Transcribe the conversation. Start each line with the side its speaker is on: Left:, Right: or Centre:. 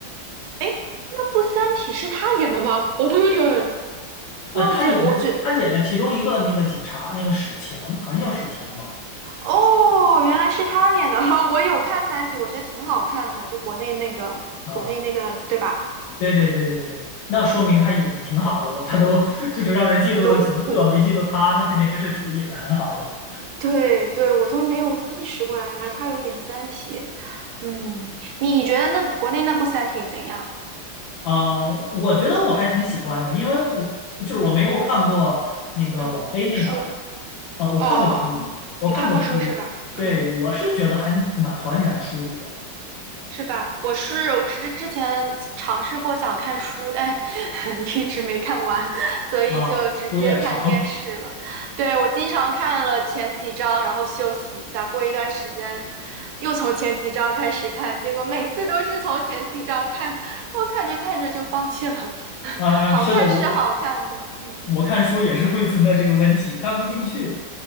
Right: 哎，那部《三体》是他演的吗？我都有点
Left: 啊，
Right: 忘记了，
Left: 他演的他演了其中一个那个警察，
Right: 我觉
Left: 那个史强，好像叫史强吧？
Right: 哦，原来是他演的，<laughs> 我有看《三体》，我觉得挺好看的，就国内那个，
Left: 啊，
Right: 国内那个，对吧？
Left: 对对对对对，那说明他演的挺好的了。他都 <laughs> 就是让人记住的角色，
Right: 我都我
Left: 没记住他，那肯定是属于演的很好了。
Right: 对对，我都没有意识过来，原来他有演《三体》。嗯，你你觉得那国内那部《三体》怎样？
Left: 啊，我觉得我还挺喜欢的，因为我就是我没有看过那个网飞那版啊，
Right: 嗯，书，
Left: 呃，我看过书，
Right: 哦哦哦，
Left: 我看过书，
Right: 你看过书是吧？嗯。
Left: 对，我是觉得还蛮还原书里的
Right: 是吧？我是之之前尝试过想看书，但 <laughs> 一直没看完，所以就直接看电视了。
Left: 啊，书有点长
Right: 对，我经常看了前几章，然后休息一下，过一段时间又从前几章开始看，结果每次都是从前几章看，然后看着看着就放弃了。<laughs>
Left: 啊，
Right: 好看是好看的，
Left: 是的，我我
Right: 嗯。
Left: 我看书也是会存在这个问题，看不进去